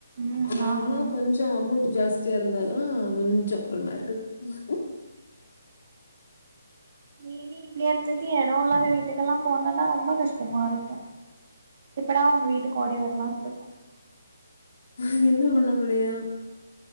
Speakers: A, on the right (about 45°); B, on the left (about 55°).
A: ம்
B: ஆ கொஞ்
A: ஆமா
B: கொஞ்சு அமௌண்ட்டு ஜாஸ்தியா இருந்தாதா கொஞ்சு ஒரு மாரி இருக்கு ம்
A: இனி இங்க இருந்துட்டு எடோ இல்லாத வீட்டுக்கெல்லா போனாதா ரொம்ப கஷ்டமா இருக்கு எப்படா உங்க வீட்டுக்கு ஓடி வரலான்டு இருக்கு
B: ஆ என்ன பண்ண முடியு